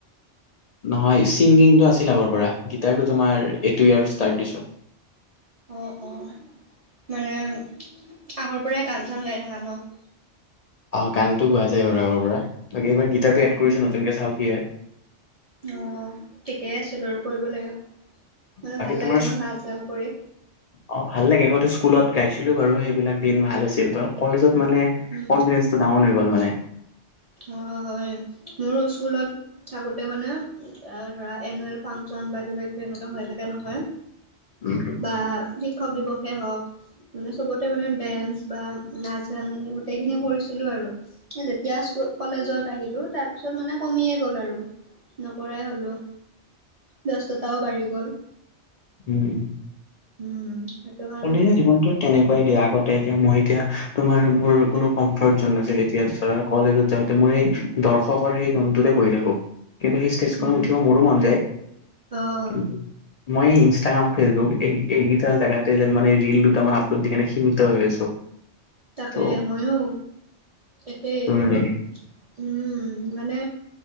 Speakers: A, on the left; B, on the right.
A: নহয় ছিংগিংটো আছিল আগৰ পৰা গিটাৰটো তোমাৰ এই ইয়াৰ ষ্টাৰ্ট দিছো।
B: অ, অ, মানে আগৰ পৰাই গান চান গাই থাকা ন'।
A: অঁ', গানটো গোৱা যায় বাৰু আগৰ পৰা বাকী এইবাৰ গীটাৰটো
B: উম,
A: এড
B: উম।
A: কৰিছোঁ নতুনকে চাওঁ কি হয়।
B: অ', ঠিকেই আছে বাৰু কৰিব লাগে। মানে
A: বাকী
B: ভাল লাগে
A: তোমাৰ
B: ন' নাচ গান কৰি।
A: অ', ভাল লাগে আগতো স্কুলত গাইছিলো বাৰু সেইবিলাক দিন ভাল হৈছিল ত' কলেজত মানে।
B: উম,
A: কনফিডেন্স টো ডাউন হৈ গ'ল মানে।
B: অ', হয় মোৰ স্কুলত থাকোতে মানে। এ ধৰা এনুৱেল ফাংচন বা কিবা কিবা এনেকুৱা হৈ থাকে নহয়।
A: উম, <inaudible>
B: বা শিক্ষক দিৱসেই হক। মানে চবতে মানে দেইঞ্চ বা নাচ গান গোটেইখিনি কৰিছিলো আৰু। এ যেতিয়াছ। কলেজত আহিলো তাৰ পিছত মানে কমিয়ে গ'ল আৰু নকৰাই হ'লো। ব্যস্ততাও বাঢ়ি গ'ল।
A: উম, উম
B: উম সেইটো কাৰণে।
A: কলেজীয়া জীৱনটো। তেনেকুৱাই দিয়া আগতে এতিয়া মই এতিয়া তোমাৰ মোৰ কোনো কমফৰ্ট জন নাছিল এতিয়া চোৱা। কলেজত যাওঁতে মোৰ সেই দৰ্শকৰ সেই জন্তটোৰে বহি থাকো কিন্তু সি।
B: উম
A: <inaudible> উঠিব মোৰো মন যায়
B: আহ
A: কি মই ই। ষ্টাগ্ৰাম ফেচবুক এইকেইটা জেগাতে যেন মানে ৰল দুটা মান আপলোড দি কেনে সীমিত হৈ আছো।
B: তাকে
A: ত'
B: ময়ো একেই
A: তুমি
B: কিন্তু।
A: মানে কি
B: উম, মানে।